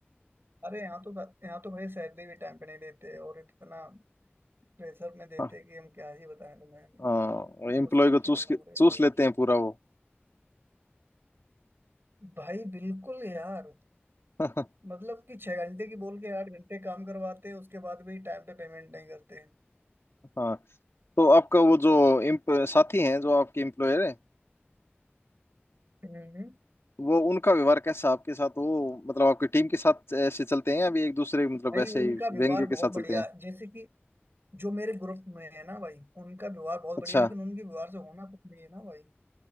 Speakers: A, on the right; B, on the left.
A: अरे यहाँ तो यहाँ तो भाई सैलरी भी टाइम पे नहीं देते और इतना प्रेशर में देते
B: हाँ
A: हैं कि हम क्या ही बताएं तुम्हें
B: हाँ एम्प्लॉय
A: ये कुछ सोच
B: को चूस
A: करना
B: के-
A: पड़ेगा
B: चूस
A: यार
B: लेते हैं पूरा वो
A: भाई बिल्कुल यार
B: <laughs>
A: मतलब कि छह घंटे की बोल के आठ घंटे काम करवाते हैं उसके बाद भी टाइम पे पेमेंट नहीं करते
B: हाँ तो आपका वो जो एम्प साथी हैं जो आपके एम्प्लॉयर है
A: हम्म
B: वो उनका व्यवहार कैसा आपके साथ वो मतलब आपकी टीम के साथ ऐसे चलते हैं या भी एक दूसरे मतलब
A: भाई
B: ऐसे
A: उनका
B: ही
A: व्यवहार
B: व्यंग्य
A: बहुत
B: के साथ चलते
A: बढ़िया
B: हैं
A: है। जैसे कि जो मेरे ग्रुप में है ना भाई उनका व्यवहार बहुत
B: अच्छा
A: बढ़िया लेकिन उनके व्यवहार से होना कुछ नहीं है ना भाई